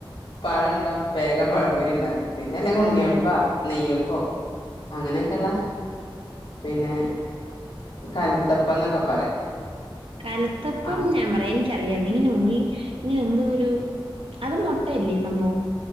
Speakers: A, on the left (about 80°); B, on the right (about 80°).
A: പഴണ്ടോ വേഗം പഴംപൊരി ഉണ്ടാക്കും പിന്നെ അല്ലെങ്കിൽ ഉണ്ണിയപ്പ
B: അതെ
A: നെയ്യപ്പോ അങ്ങനെയൊക്കെയള്ള പിന്നെ കൽത്തപ്പം ഇന്നൊക്കെ പറയും
B: കൽത്തപ്പം
A: ആഹ്
B: ഞാൻ പറയാ എനി അറിയായിരുന്നു ഇങ്ങനെ ഉള്ളി ഇങ്ങനെ എന്തോ ഒരു അത് മുട്ടയല്ലേ സംഭവം